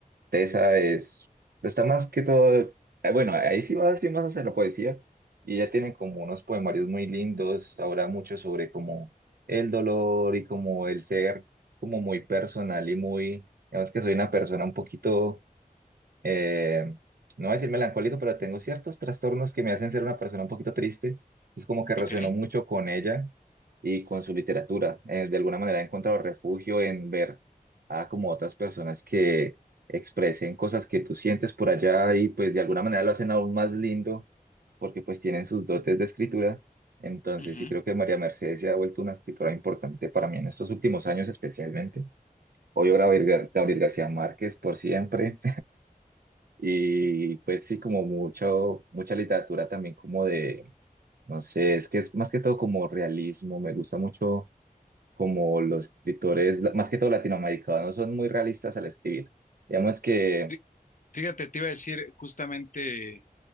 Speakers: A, on the right; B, on the left.
A: tesa, es, pues, está más que todo, eh, bueno, ahí sí va sí más hacia la poesía, y ella tiene como unos poemarios muy lindos, habla mucho sobre como el dolor y como el ser, es como muy personal y muy, digamos que soy una persona un poquito eh, no voy a decir melancólico, pero tengo ciertos trastornos que me hacen ser una persona un poquito triste. Entonces como que resueno
B: Ok.
A: mucho con ella y con su literatura. Eh, de alguna manera he encontrado refugio en ver a como otras personas que expresen cosas que tú sientes por allá y pues de alguna manera lo hacen aún más lindo porque pues tienen sus dotes de escritura. Entonces
B: ujú.
A: sí creo que María Mercedes se ha vuelto una escritora importante para mí en estos últimos años especialmente. Obvio Gabriel Gar- Gabriel García Márquez por siempre y pues sí, como mucho, mucha literatura también como de, no sé, es que es más que todo como realismo, me gusta mucho como los escritores, la- más que todo latinoamericanos, son muy realistas al escribir. Digamos que...
B: Fí- Fíjate, te iba a decir justamente